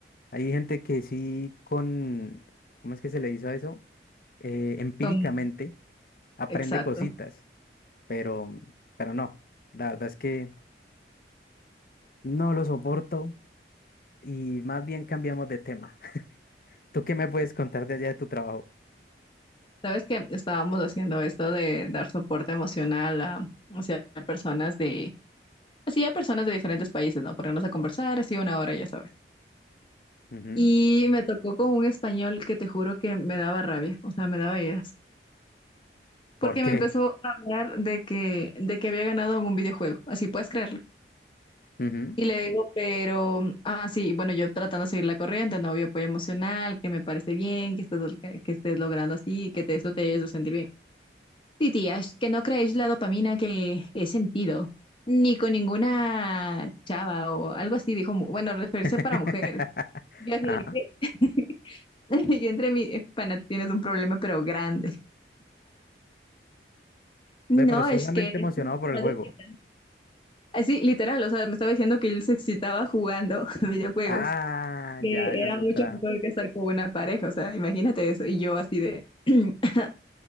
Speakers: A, on the left; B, on the left.
A: hay gente que sí con, ¿cómo es que se le hizo a eso? Eh, empíricamente
B: Con-
A: aprende
B: exacto.
A: cositas, pero, pero no, la verdad es que no lo soporto y más bien cambiamos de tema. <laughs> ¿Tú qué me puedes contar de allá de tu trabajo?
B: Sabes que estábamos haciendo esto de dar soporte emocional a, hacia personas de, así a personas de diferentes países, ¿no? Ponernos a conversar, así una hora, ya sabes.
A: Ujú.
B: Y me tocó con un español que te juro que me daba rabia, o sea, me daba iras. Porque
A: ¿Por qué?
B: me empezó a hablar de que, de que había ganado en un videojuego. Así puedes creerlo.
A: Ujú.
B: Y le digo, pero, ah, sí, bueno, yo tratando de seguir la corriente, no, obvio, apoyo emocional, que me parece bien, que estés, que estés logrando así, que te, eso te ayude a sentir bien. Sí, tías, que no creéis la dopamina que he sentido, ni con ninguna chava o algo así, dijo, mu- bueno, referirse
A: <laughs>
B: para mujeres. Yo así
A: Ajá.
B: de qué. <laughs> Y entre mi pana, tienes un problema, pero grande. No,
A: Ve, pero solamente
B: es que es
A: emocionado
B: mucho
A: por
B: más
A: el juego.
B: excitante. Así, literal, o sea, me estaba diciendo que él se excitaba jugando <laughs> videojuegos.
A: Ah,
B: que
A: ya, esa
B: era
A: es otra.
B: mucho mejor que estar con una pareja, o sea, imagínate eso, y yo así de, <clears throat>